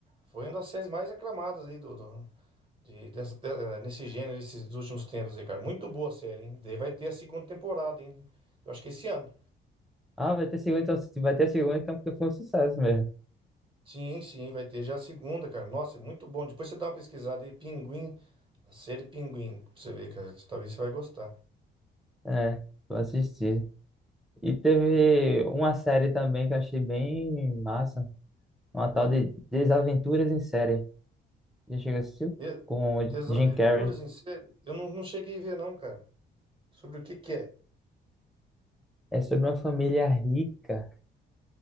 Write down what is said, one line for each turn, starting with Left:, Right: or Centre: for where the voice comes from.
Right: foi uma das séries mais aclamadas aí do, do- de, dessa, eh, nesse gênero, esses últimos tempos aí, cara. Muito boa a série, hein? Daí vai ter a segunda temporada, hein? Eu acho que esse ano.
Centre: Ah, vai ter segunda, então se vai ter segunda, então porque foi um sucesso mesmo.
Right: Sim, sim, vai ter já a segunda, cara. Nossa, é muito bom. Depois você dá uma pesquisada aí, Pinguim, a série Pinguim, pra você ver, cara. Talvez você vai gostar.
Centre: É, vou assistir. E teve uma série também que eu achei bem massa. Uma tal de Desaventuras em Série. Já chegou a assistir?
Right: E-
Centre: Com o
Right: Desaventuras
Centre: Jim Carrey.
Right: em série? Eu não, não cheguei a ver, não, cara. Sobre o que que é?
Centre: É sobre uma família rica